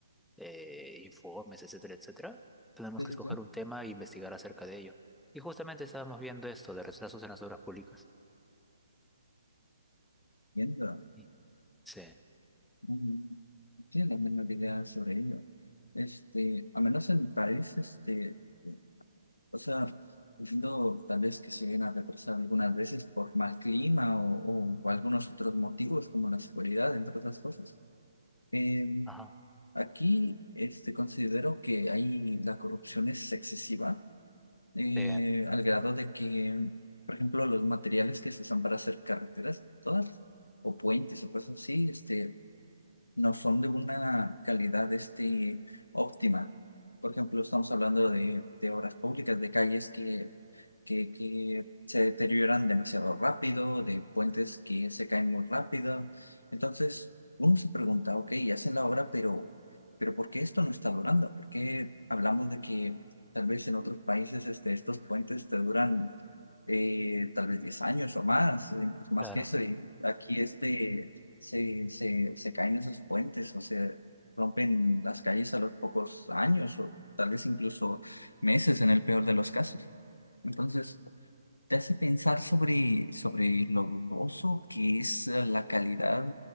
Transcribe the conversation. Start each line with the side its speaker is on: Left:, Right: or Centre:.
Centre: eh, informes, etcétera, etcétera. Tenemos
Left: Sí,
Centre: que
Left: sí,
Centre: escoger
Left: sí.
Centre: un tema e investigar acerca de ello. Y justamente estábamos viendo esto de retrasos en las obras públicas.
Left: entiendo.
Centre: Sí, sí,
Left: Mm, No tiene la menor idea sobre ello. Este, a menos en mi país, este, eh, o sea, entiendo tal vez que se lleguen a retrasar algunas veces por mal clima o, o algunos otros motivos como la seguridad, entre otras cosas. Em,
Centre: ajá,
Left: aquí, este, considero que ahí la corrupción es excesiva, eh,
Centre: sí,
Left: al grado de que, por ejemplo, los materiales que se usan para hacer carreteras, todas, o puentes o cosas así, este no son de una calidad este, óptima. Por ejemplo, estamos hablando de, de obras públicas, de calles que, que, que se deterioran demasiado rápido, de puentes que se caen muy rápido. Entonces, uno se pregunta, ok, hacen la obra, pero, pero ¿por qué esto no está durando? ¿Por qué hablamos de que tal vez en otros países este, estos puentes te duran? eh, tal vez 10 años o más, eh, incluso más
Centre: claro.
Left: que eso, y aquí este, se, se, se caen esos puentes o se rompen las calles a los pocos años o tal vez incluso meses en el peor de los casos. Entonces, te hace pensar sobre, sobre lo dudoso que es eh, la calidad